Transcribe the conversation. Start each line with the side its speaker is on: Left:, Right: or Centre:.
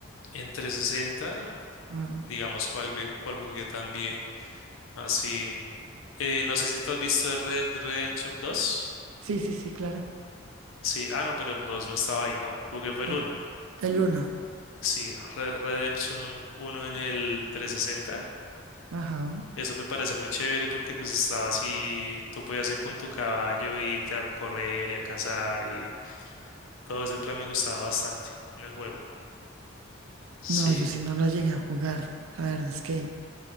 Left: En trescientos sesenta
Right: Ah,
Left: digamos, cuál, ve- cuál jugué también Así. Eh, no sé si tú has visto el Red Redemption 2.
Right: sí, sí, sí, claro.
Left: Sí, ah, no, pero el 2 no estaba ahí, no, porque fue
Right: El,
Left: el 1.
Right: el uno.
Left: Sí, Red Redemption 1 en el 360.
Right: Ajá.
Left: Eso me parece muy chévere porque pues estaba así, tú podías ir con tu caballo y irte a recorrer y a cazar y todo ese plan me gustaba bastante en el juego. Sí,
Right: No, yo sí no lo llegué a jugar. La verdad es que